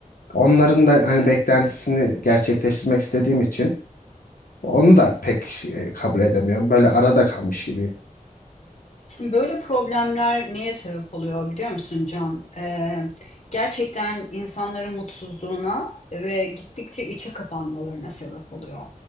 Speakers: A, on the left; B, on the left.
A: Onların da hani
B: Evet.
A: beklentisini gerçekleştirmek istediğim için onu da pek eee, kabul edemiyorum. Böyle arada kalmış gibiyim.
B: Şimdi böyle problemler neye sebep oluyor biliyor musun Can? E, gerçekten insanların mutsuzluğuna ve gittikçe içe kapanmalarına sebep oluyor.